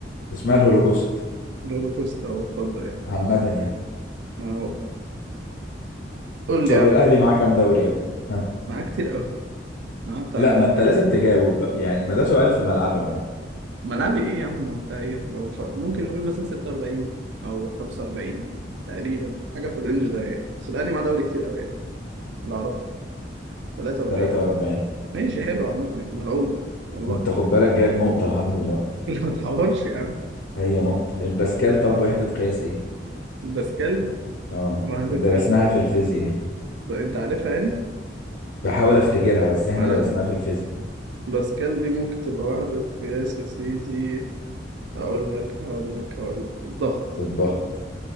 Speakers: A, on the left; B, on the right.
A: اسمها الهولوكوست
B: الهولوكوست اهو اتفضل يعني
A: عامة يعني
B: ما هو قول لي
A: طب
B: يا عم
A: الاهلي معاه كام دوري يا ابني ها؟
B: معاك كتير ما هو بتاع
A: لا
B: ما-
A: ما انت لازم تجاوب بقى يعني ما ده سؤال في ملعبك بقى
B: ملعبي ايه يا عم وبتاع ايه هو ف- ممكن نقول مثلا 46 او 45 تقريبا حاجه في الرينج ده يعني بس الاهلي معاه دوري كتير قوي يعني اللي اعرفه 43
A: 43
B: ماشي حلو عامه يعني ملعوبه والله
A: انت خد بالك جايب نقطة لحد دلوقتي
B: <laughs> اللي ما تحورش يا عم
A: هي نقطة الباسكال طب وحدة قياس ايه؟
B: باسكال
A: اه
B: واحد
A: درسناها
B: القياس
A: في الفيزياء دي
B: طب انت عارفها يعني
A: بحاول افتكرها بس احنا
B: ما انا
A: درسناها في الفيزياء
B: باسكال دي ممكن تبقى واحد القياس يا سيدي هقول لك هقول لك هقول لك الضغط
A: الضغط